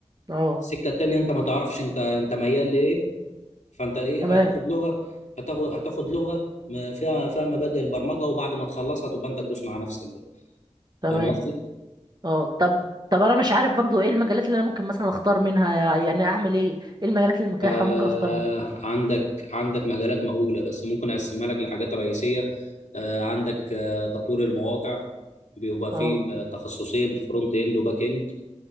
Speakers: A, on the right; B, on the left.
A: اه
B: السكه التانيه انت ما تعرفش انت انت ميال لايه فانت ايه
A: تمام
B: هتاخد لغه هتاخد هتاخد لغه م- فيها فيها مبادئ البرمجه وبعد ما تخلصها تبقى انت تدوس مع نفسك بقى
A: تمام
B: فاهم قصدي؟
A: اه طب طب انا مش عارف برضو ايه المجالات اللي انا ممكن مثلا اختار منها يعني اعمل ايه ايه المجالات المتاحة
B: آه
A: ممكن اختار منها
B: عندك عندك مجالات مهوله بس ممكن اقسمها لك لحاجات رئيسيه آه عندك آه تطوير المواقع بيبقى فيه
A: اه
B: م- تخصصين فرونت اند وباك اند